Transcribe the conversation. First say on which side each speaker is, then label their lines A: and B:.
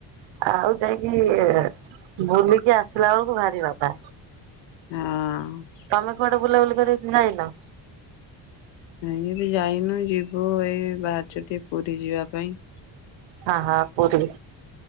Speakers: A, on the right; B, on the left.
A: ଆଉ ଯାଇକି ବୁଲିକି ଆସିଲା ବେଳକୁ ଭାରି ବାଧା।
B: ହୁଁ।
A: ତମେ କୁଆଡେ ବୁଲାବୁଲି କରିିଆକୁ ଯାଇନ।
B: ହିମିତି ଯାଇନୁ ଯିବୁ ଏଇ ବାହାରିଛୁ ଟିକେ ପୁରୀ ଯିବା ପାଇଁ।
A: ହହଁ ପୁରୀ